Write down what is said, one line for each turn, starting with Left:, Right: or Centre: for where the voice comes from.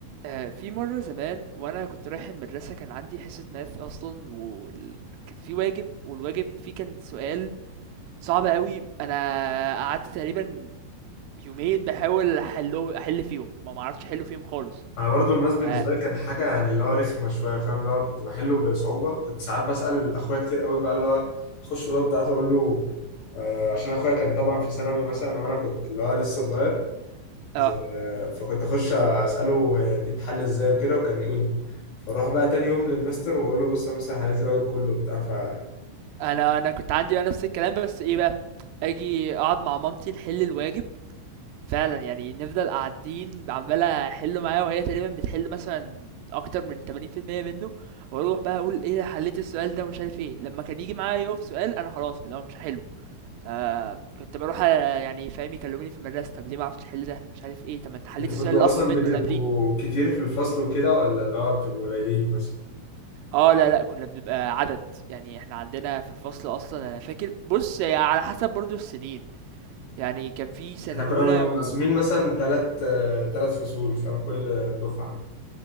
Right: آه، في مرة زمان وانا كنت رايح المدرسة كان عندي حصة ماث اصلا وكان في واجب والواجب فيه كان سؤال صعب قوي انا قعدت تقريبا يومين بحاول احله احل فيهم ما معرفتش احله فيهم خالص
Left: انا برضو الماس بالنسبه
Right: ف
Left: لي كان حاجه يعني اللي هو رخمه شويه فاهم اللي هو كنت بحله بصعوبه كنت ساعات بسال اخويا كتير قوي بقى اللي هو اخش الاوضه بتاعته اقول له آه عشان اخويا كان طبعا في ثانوي مثلا وانا كنت اللي هو لسه صغير زي-
Right: اه
Left: آه، فكنت اخش اساله هي دي بتحل ازاي وكده وكان يقول لي فاروح بقى تاني يوم للمستر واقول له بص انا مثلا حليت الواجب كله وبتاع فانتوا
Right: انا انا كنت عندي بقى نفس الكلام بس ايه بقى اجي اقعد مع مامتي نحل الواجب فعلًا، يعني نفضل قاعدين عمّال أحِل معاها وهي تقريبًا بتحِل مثلًا أكتر من 80% منّه، وأروح بقى أقول إيه ده حلّيت السؤال ده ومش عارف إيه، لمّا كان ييجي معايا يُقف سؤال أنا خلاص اللي هو مش هاحِله، فكنت باروح آآ يعني فاهم يكلّموني في المدرسة "طَب ليه ما عرفتش تحِل ده؟" مش عارف إيه، "طَب ما أنت حلّيت
Left: كنتوا
Right: السؤال الأصعب
Left: اصلا
Right: منّه
Left: بتبقوا
Right: اللي قبليه."
Left: كتير في الفصل وكده ولا اللي هو بتبقوا قليلين مثلا
Right: آه، لأ، لأ، كُنّا بنبقى عدد، يعني إحنا عندنا في الفصل أصلًا أنا فاكر بُص هي على حسب برضه السِنين، يعني كان في سَنة
Left: احنا
Right: أولى
Left: كنا بنبقى مقسومين
Right: و
Left: مثلا ثلاث ثلاث فصول فاهم كل دفعه